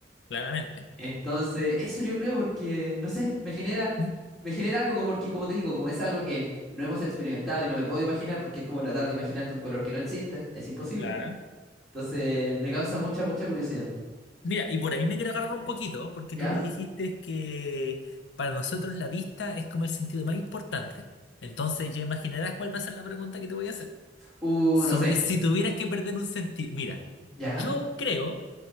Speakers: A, on the left (about 80°); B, in the centre.
A: claramente.
B: Entonces, eso yo creo porque, no sé, me genera,
A: Mm,
B: me genera algo como porque, como te digo, como es algo que no hemos experimentado y no me puedo imaginar porque es como tratar de imaginarte un color que no existe, es imposible.
A: Claro.
B: Entonces, me causa mucha, mucha curiosidad.
A: Mira, y por ahí me quiero agarrar un poquito, porque
B: ¿Ya?
A: tú me dijiste que para nosotros la vista es como el sentido más importante. Entonces ya imaginarás cuál va a ser la pregunta que te voy a hacer.
B: Uh,
A: Sobre
B: no sé.
A: si tuvieras que perder un sentido. Mira,
B: ¿Ya?
A: yo creo,